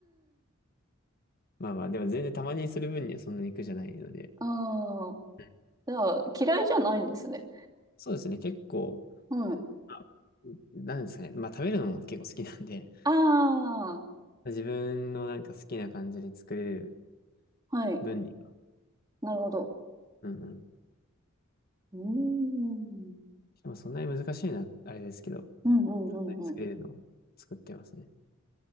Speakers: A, on the left; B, on the right.
A: <laughs> まあまあ、でも全然たまにする分にはそんなに苦じゃないので、
B: あ、
A: うん
B: じゃあ、嫌いじゃないんですね。
A: そうですね、結構、
B: はい。
A: まあなんですかね、まあ食べるのも結構好きなんで、<laughs>
B: ああ、
A: 自分のなんか好きな感じで作れる
B: はい。
A: 分には、
B: なるほど。
A: うんうん。
B: うーん。うん
A: でもそんなに難しいな、あれですけど、
B: うんうんうん。
A: 簡単に作れるのを作ってますね。